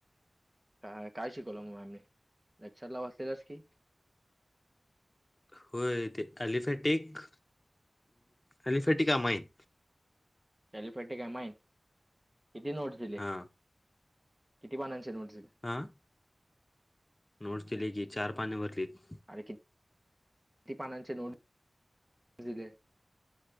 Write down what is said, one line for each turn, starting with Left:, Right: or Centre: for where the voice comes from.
Right: काय, काय शिकवलं मग मॅमनी लेक्चरला बसलेलास की?
Left: होय ते aliphatic, aliphatic amine.
Right: Aliphatic amine किती नोट्स दिले
Left: हा
Right: किती पानांचे नोट्स दिले?
Left: हा.. नोट्स दिले की चार पान भरलीत.
Right: अरे किती, किती पानांचे नोट्स दिले?